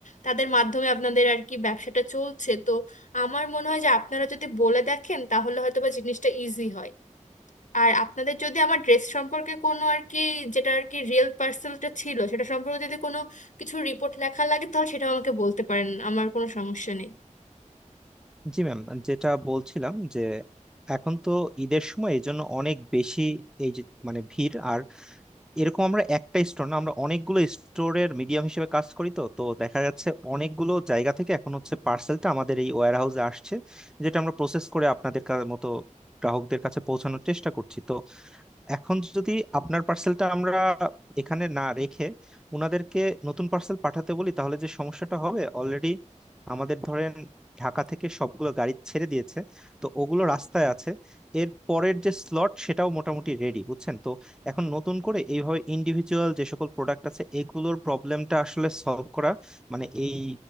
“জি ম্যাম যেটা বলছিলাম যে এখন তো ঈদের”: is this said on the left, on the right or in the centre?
Centre